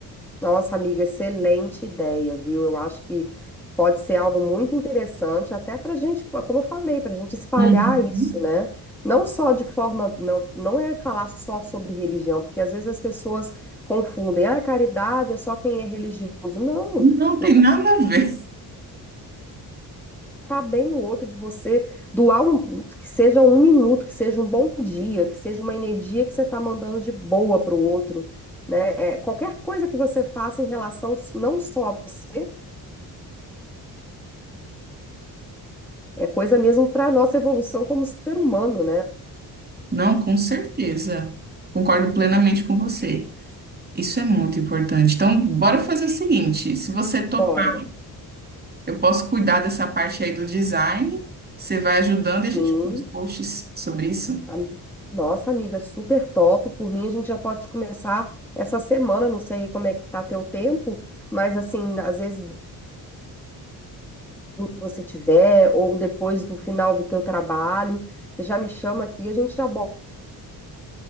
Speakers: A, in the centre; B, on the right (about 25°).
A: Nossa, amiga, excelente ideia, viu? Eu acho que pode ser algo muito interessante, até para a gente, como eu falei, para a gente espalhar
B: Uhum.
A: isso, né? Não só de forma, não, não é falar só sobre religião, porque às vezes as pessoas confundem, ah, caridade é só quem é religioso. Não,
B: Não tem
A: não
B: nada a ver.
A: tá bem o outro de você doar um, que seja um minuto, que seja um bom dia, que seja uma energia que você está mandando de boa para o outro, né? É, qualquer coisa que você faça em relação não só a você, É coisa mesmo para a nossa evolução como ser humano, né?
B: Não, com certeza. Concordo plenamente com você. Isso é muito importante. Então, bora fazer o seguinte: se você topar,
A: Bora.
B: eu posso cuidar dessa parte aí do design, você vai ajudando
A: Sim.
B: e a gente faz os posts sobre isso.
A: Am- Nossa, amiga, super top. Por mim, a gente já pode começar essa semana. Não sei como é que tá teu tempo, mas assim, às vezes do que você tiver, ou depois do final do teu trabalho, você já me chama aqui, a gente já bota